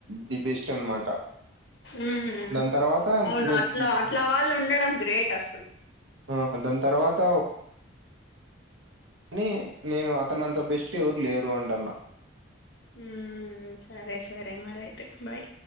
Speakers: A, on the right (about 90°); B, on the left (about 65°).
A: ది బెస్ట్ అనమాట.
B: ఉమ్
A: దాని తర్వాత
B: అవును
A: నేను
B: అట్ల
A: చూ-
B: అట్లా వాళ్ళు ఉండడం గ్రేట్ అసలు
A: ఆ దాన్ తర్వాత నీ నేను అతనంతా బెస్ట్టి ఎవరు లేరు అంటన్నా
B: ఉమ్ సరే సరే మరయితే బాయ్